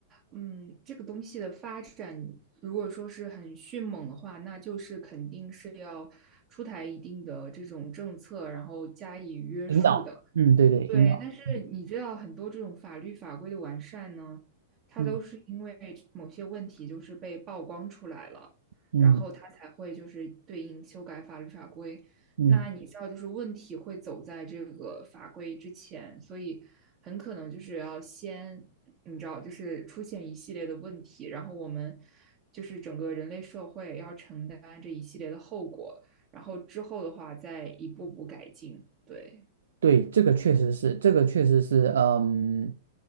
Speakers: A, on the right; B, on the right.
A: 嗯，这个东西的发展，如果说是很迅猛的话，那就是肯定是要出台一定的这种政策，然后加以约束的。
B: 引导？嗯，对对，
A: 对，
B: 引导。
A: 但是你知道很多这种法律法规的完善呢，
B: 嗯
A: 它都是因为某些问题就是被曝光出来了，
B: 嗯嗯
A: 然后它才会就是对应修改法律法规。
B: 嗯，
A: 那你知道，就是问题会走在这个法规之前，所以很可能就是要先，你知道，就是出现一系列的问题，然后我们就是整个人类社会要承担这一系列的后果，然后之后的话再一步步改进。对，
B: 对，这个确实是，这个确实是，嗯，